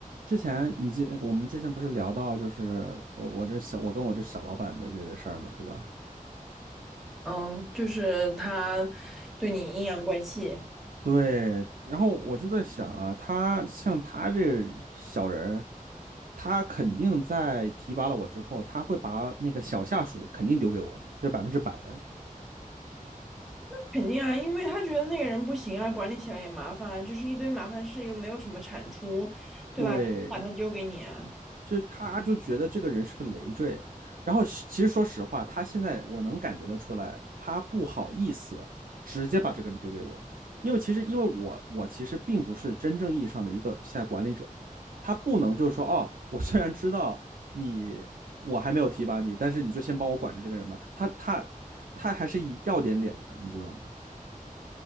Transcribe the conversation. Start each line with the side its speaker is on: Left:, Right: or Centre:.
Right: 之前你记，我们之前不是聊到就是呃我这小我跟我这小老板的这个事儿嘛，对吧？
Centre: 嗯，就是他对你阴阳怪气，
Right: 对，然后我就在想啊，他像他这小人他肯定在提拔了我之后，他会把那个小下属肯定丢给我，这百分之百的。
Centre: 肯定啊，因为他觉得那个人不行啊，管理起来也麻烦啊，就是一堆麻烦事，又没有什么产出，对吧？
Right: 对，
Centre: 肯定把他丢给你啊。
Right: 就是他就觉得这个人是个累赘，然后其实说实话，他现在我能感觉得出来，他不好意思直接把这个人丢给我，因为其实因为我我其实并不是真正意义上的一个现在管理者，他不能就是说哦，我虽然知道你我还没有提拔你，但是你就先帮我管着这个人吧，他他他还是要点脸的，你知道吗？